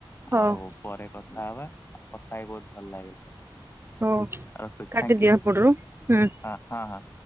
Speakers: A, on the right (about 30°); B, on the left (about 25°).
A: ହଉ
B: ଆଉ ପରେ କଥା ବା ବା। କଥା ହେଇ ବହୁତ ଭଲ ଲାଗିଲ
A: ହଉ
B: ରଖୁଛି
A: କାଟିଦିଅ
B: ଥାଙ୍କୟୁ
A: ଏପଟରୁ ହୁଁ।
B: ହଁ ହଁ ହଁ।